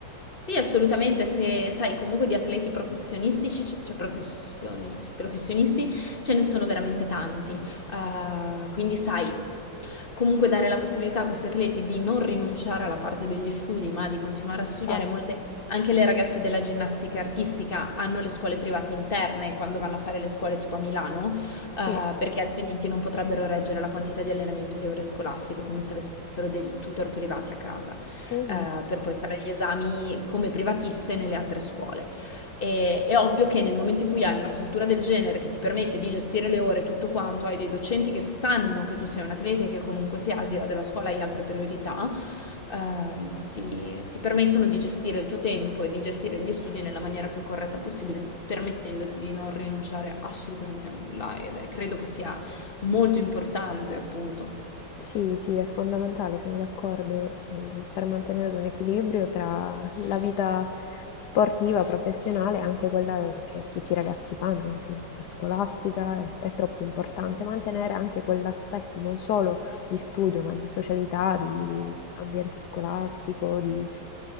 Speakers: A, on the left (about 30°); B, on the left (about 65°).
A: Sì, assolutamente, se sai comunque di atleti professionistici, c- cioè professioni- professionisti, ce ne sono veramente tanti. Eh,
B: Sì.
A: quindi sai, comunque dare la possibilità a questi atleti di non rinunciare alla parte degli studi, ma di continuare
B: Infatti,
A: a studiare. Molte, anche le ragazze della ginnastica artistica hanno le scuole private interne quando vanno a fare le scuole tipo a Milano,
B: sì.
A: eh, perché altrimenti non potrebbero reggere la quantità di allenamento e le ore scolastiche, come se avessero dei tutor privati a casa,
B: Mhm.
A: eh, per poi fare gli esami come privatiste nelle altre scuole. E, è ovvio che nel momento in cui hai una struttura del genere che ti permette di gestire le ore e tutto quanto, hai dei docenti che sanno che tu sei un atleta e che comunque sia al di là della scuola hai altre priorità, ehm, ti, ti permettono di gestire il tuo tempo e di gestire gli studi nella maniera più corretta possibile, permettendoti di non rinunciare assolutamente a nulla ed è, credo che sia molto importante appunto
B: Sì, sì, è fondamentale, sono d'accordo, mh, per mantenere un equilibrio tra la vita sportiva, professionale e anche quella che tutti i ragazzi fanno alla fine, quella scolastica, è, è troppo importante mantenere anche quell'aspetto non solo di studio, ma di socialità, di ambiente scolastico, di